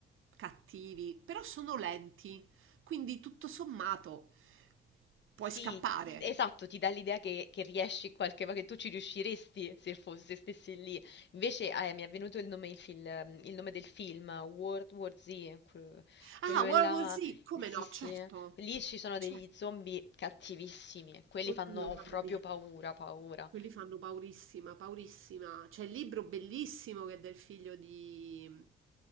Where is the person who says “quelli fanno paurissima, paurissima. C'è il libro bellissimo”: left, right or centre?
Right